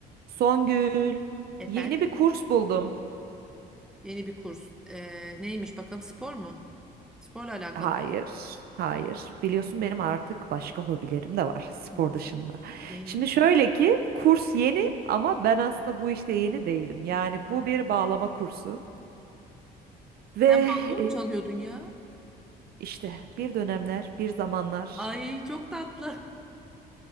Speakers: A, on the right; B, in the centre.
A: Songül,
B: Efendim?
A: yeni bir kurs buldum.
B: Yeni bir kurs. Ee, neymiş bakalım spor mu? Sporla alakalı.
A: Hayır, hayır. Biliyorsun benim artık başka hobilerim de var spor
B: Hı,
A: dışında.
B: neymiş?
A: Şimdi şöyle ki kurs yeni ama ben aslında bu işte yeni değilim. Yani bu bir bağlama kursu ve
B: Sen bağlama
A: e,
B: mı çalıyordun ya?
A: işte bir dönemler, bir zamanlar
B: Ay çok tatlı.